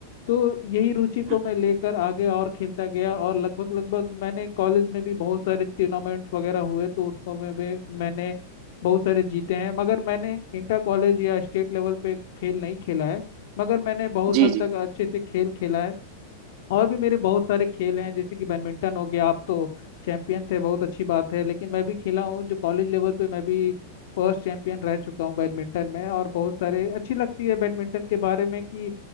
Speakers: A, on the left (about 65°); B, on the right (about 50°).
A: तो यही रुचि को
B: हम्म,
A: मैं लेकर आगे और खेलता गया और लगभग लगभग मैंने कॉलेज में भी बहुत सारे टूर्नामेंट्स वगैरह हुए तो उसको में भी मैंने बहुत सारे जीते हैं मगर मैंने इंटर कॉलेज या स्टेट लेवल पे खेल नहीं खेला है मगर मैंने बहुत
B: जी
A: हद
B: जी
A: तक अच्छे से खेल खेला है और भी मेरे बहुत सारे खेल हैं जैसे कि बैडमिंटन हो गया आप तो चैंपियंस है बहुत अच्छी बात है लेकिन मैं भी खेला हूँ जो कॉलेज लेवल पे मैं भी फर्स्ट चैंपियन रह चुका हूँ बैडमिंटन में और बहुत सारे अच्छी लगती है बैडमिंटन के बारे में कि